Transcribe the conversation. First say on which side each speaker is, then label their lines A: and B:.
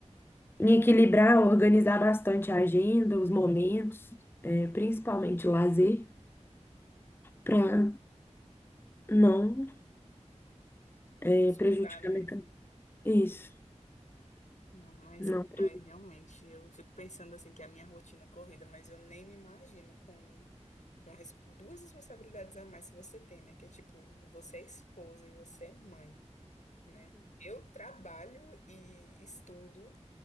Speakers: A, on the left; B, on the left.
A: Em equilibrar, organizar bastante a agenda, os momentos, é, principalmente o lazer, para não é,
B: Não surtar,
A: prejudicar
B: né?
A: minha caminho. Isso,
B: Não, mas
A: não prejudicar.
B: aí realmente eu fico pensando assim que a minha rotina é corrida, mas eu nem me imagino com uma res- duas responsabilidades a mais que você tem, né? Que é tipo, você é esposa e você é mãe, né? Eu trabalho e estudo